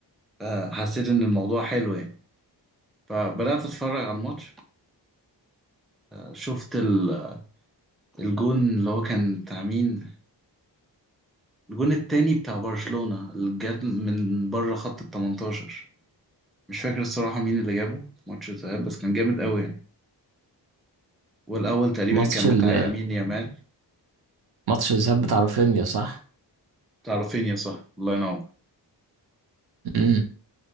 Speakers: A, in the centre; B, on the right (about 60°).
A: آه، حسيت ان الموضوع حلو يعني فبدأت اتفرج على الماتش شفت ال- الجون اللي هو كان بتاع مين الجون التاني بتاع برشلونة اللي جاب من بره خط ال 18 مش فاكر الصراحة مين اللي جابه في ماتش الذهاب بس كان جامد قوي يعني والأول تقريبا
B: ماتش
A: كان
B: ال-
A: بتاع يمين يامال
B: ماتش الذهاب بتاع رافينيا صح
A: بتاع رافينيا صح الله ينور
B: امم